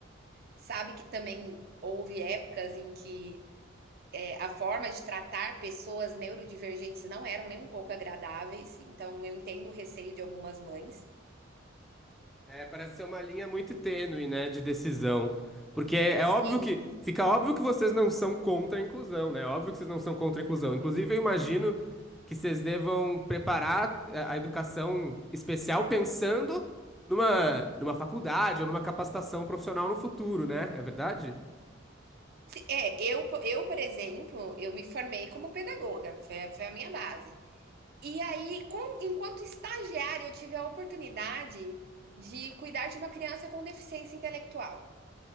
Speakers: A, on the right; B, in the centre.
A: sabe que também houve épocas em que a forma de tratar pessoas neurodivergentes não eram nem um pouco agradáveis, então eu entendo o receio de algumas mães.
B: É, parece ser uma linha muito tênue, né, de decisão. Porque é, é
A: Sim.
B: óbvio que, fica óbvio que vocês não são contra a inclusão, né? É óbvio que vocês não são contra a inclusão. Inclusive, eu imagino que vocês devam preparar é, a educação especial pensando numa, numa faculdade ou numa capacitação profissional no futuro, né? É verdade?
A: É, eu, eu, por exemplo, eu me formei como pedagoga, foi, a- foi a minha base. E aí, com- enquanto estagiária, eu tive a oportunidade de cuidar de uma criança com deficiência intelectual.